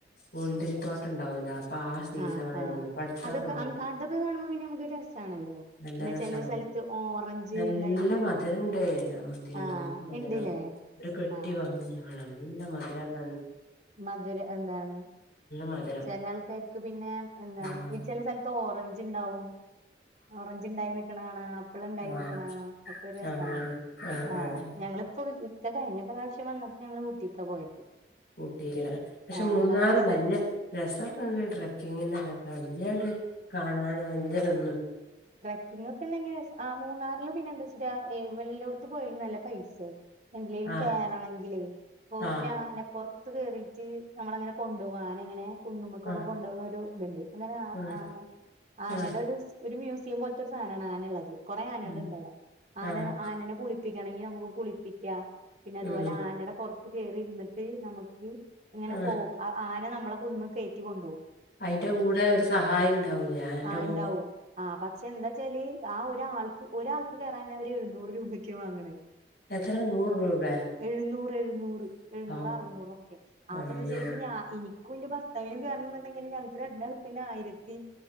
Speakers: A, on the left (about 65°); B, on the right (about 40°).
A: മുന്തിരിത്തോട്ടം ഉണ്ടാവൂല അപ്പൊ ആ സീസൺ
B: ആഹ്
A: ആയിരുന്നു
B: ആഹ്
A: ഇപ്പടുത്താ
B: അതൊക്കെ
A: പോയത്
B: അങ് അതൊക്കെ കാണുമ്പോ പിന്നെ നമുക്കൊരു രസാണല്ലോ
A: നല്ല
B: പിന്നെ
A: രസമാണ്
B: ചെല സ്ഥലത്ത് ഓറഞ്ച്
A: നല്ല
B: ഇണ്ടായി നിക്ക്ണെ
A: മധുരണ്ട് ആ മുന്തിരി
B: ആഹ്
A: തോന്നുന്ന
B: ഇണ്ട്ല്ലേ
A: ഒരു പെട്ടി
B: ആഹ്
A: വാങ്ങി ഞങ്ങളാണ് ഇല്ല മധുരസ
B: മധുരം എന്താണ്
A: മധുരം
B: ചില ആൾക്കാർക്ക് പിന്നെ എന്താണ്
A: ആഹ്
B: ഈ ചില സ്ഥലത്ത് ഓറഞ്ച് ണ്ടാവും <unintelligible> ഓറഞ്ച് ഉണ്ടായി നക്കണണോ ആപ്പിൾ ഉണ്ടായി
A: ആഹ്
B: നക്കണണ ഒക്കെ ഒരു രസമാണ്
A: ആഹ് ആഹ്
B: ആ
A: ആഹ്
B: ഞങ്ങളിപ്പോ ഇക്ക കഴിഞ്ഞ പ്രാവശ്യം വന്നട്ട് ഞങ്ങള് കഊട്ടീക്കാ പോയത്
A: ഊട്ടിക്കല്ലേ പക്ഷെ
B: ആഹ്
A: മൂന്നാറ്
B: എന്താണ് മസൻ
A: വലിയ രസക്ക ഉണ്ട് ട്രക്കിങ്ങിന്റെതൊക്കെ വല്ലാണ്ട് കാണൻ നല്ല ര
B: ട്രക്കിങ്ങൊക്കെ ഉണ്ടെങ്കി ആ മൂന്നാറില് പിന്നെ എന്ത്ച്ചിട്ടാ ഈ വല്യ ഉട് ഇപ്പ പോയാലും നല്ല പൈസാവും എന്തിലേലും
A: ആഹ്
B: കേറണെങ്കിലേ ഇപ്പൊ
A: ആഹ്
B: ഒര് ആനപ്പൊറ ത്ത് കേറീറ്റ് നമ്മള അങ്ങനെ കൊണ്ടോവും ആന ഇങ്ങനെ കുന്നുമക്കൊക്ക
A: ആഹ്
B: കൊണ്ട് പോണോരും ഇവ്ട ഒണ്ട് കൊുപോകണ ഒരു ഇതുണ്ട് അങ്ങനെ ആ
A: ആഹ്
B: ആന ആനയുടെ
A: ആഹ്
B: ഒരു ഒരു മ്യൂസിയം പോലത്തൊര് സ്ഥാനാണ് ആന ഉള്ളത് കൊറേ ആനേള്
A: ഉം
B: ഉണ്ട് അവ്ടെ ആനന
A: ആഹ്
B: ആനേനെ കുളിപ്പിക്കണങ്കി നമുക്ക് കുളിപ്പിക്കാ പിന്നെ അതുപോല
A: ഉം
B: ആനയുടെ പൊറത്ത് കേറി ഇരുന്നിട്ട് നമ്മക്ക് ഇങ്ങനെ
A: ആഹ്
B: പോ അ ആ പിന്നെ നമ്മള കുന്ന് കേറ്റി കൊണ്ടോവും
A: അയ്ന്റെ കൂടെ ഒരു സഹായി ഇണ്ടാവും ഞാനെൻ്റെ
B: ആ
A: കൂടെ
B: ഉണ്ടാവും ആ പക്ഷെ എന്താച്ചാല് ആ ഒരാൾക്ക് ഒരാൾക്ക് കേറാൻ അവര് എഴുന്നൂറ് രൂപയ്ക്കാ വാങ്ങണേ
A: എത്ര നൂറ് രൂപേ
B: എഴുന്നൂറ് എഴുന്നൂറ് എഴുന്നൂറ്
A: ഔ
B: അറുന്നൂറൊക്കയാ ആപ്പന്ന്
A: അമ്മേ
B: വെച്ചാൽ ഇപ്പ ഞാ എനി ക്കും ൻ്റെ ഭർത്താവിനും കേറണോന്നുണ്ടങ്കി ഇങ്ങനെ ഞങ്ങക്ക് രണ്ടാൾക്ക് തന്നെ ആയിരത്തി